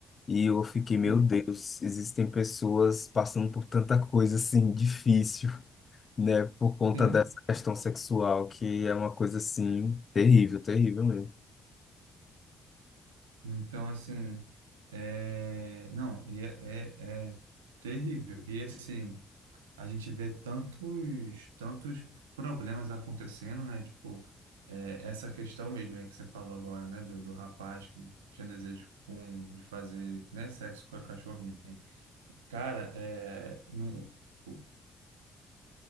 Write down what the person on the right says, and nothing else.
E,
sim.
Então, assim, é... não, e é, é é terrível. E assim, a gente vê tantos, tantos problemas acontecendo, né? Tipo, é, essa questão mesmo aí que você falou agora, né? Do, do rapaz que tinha desejo com, de fazer, né? Sexo com a cachorrinha. Cara, é, não, tipo,